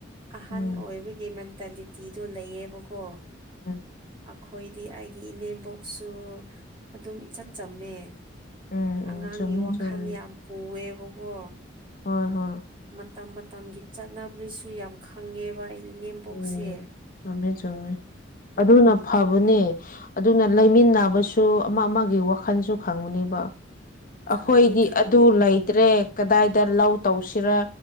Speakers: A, on the right; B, on the left.
A: ꯑꯍꯟ
B: ꯎꯝ
A: ꯑꯣꯏꯕꯒꯤ ꯃꯦꯟꯇꯦꯜꯂꯤꯇꯤꯗꯣ ꯂꯩꯌꯦꯕꯀꯣ
B: <unintelligible>
A: ꯑꯩꯈꯣꯏꯗꯤ ꯑꯩꯒꯤ ꯏꯅꯦꯝꯕꯣꯛꯁꯨ ꯑꯗꯨꯝ ꯏꯆꯝ ꯆꯝꯃꯦ
B: ꯎꯝ
A: ꯑꯉꯥꯡꯒꯤ
B: ꯎꯝ ꯆꯨꯝꯃꯤ
A: ꯋꯥꯈꯜ
B: ꯆꯨꯝꯃꯤ
A: ꯌꯥꯝ ꯄꯨꯑꯦꯕꯀꯣ
B: ꯍꯣꯏ ꯍꯣꯏ
A: ꯃꯇꯝ ꯃꯇꯝꯒꯤ ꯆꯠꯅꯕꯤꯁꯨ ꯌꯥꯝ ꯈꯪꯉꯦꯕ ꯑꯩ ꯏꯅꯦꯝꯕꯣꯛꯁꯦ
B: ꯎꯝ ꯆꯨꯝꯃꯦ ꯆꯨꯝꯃꯦ ꯑꯗꯨꯅ ꯐꯕꯅꯦ
A: ꯑꯪ
B: ꯑꯗꯨꯅ ꯂꯩꯃꯤꯟꯅꯕꯁꯨ ꯑꯃ ꯑꯃꯒꯤ ꯋꯥꯈꯜꯁꯨ ꯈꯪꯕꯅꯦꯕ
A: ꯈꯪꯉꯦ
B: ꯑꯩꯈꯣꯏꯗꯤ
A: ꯈꯪꯉꯦ
B: ꯑꯗꯨ ꯂꯩꯇ꯭ꯔꯦ ꯀꯗꯥꯏꯗ ꯂꯧ ꯇꯧꯁꯤꯔ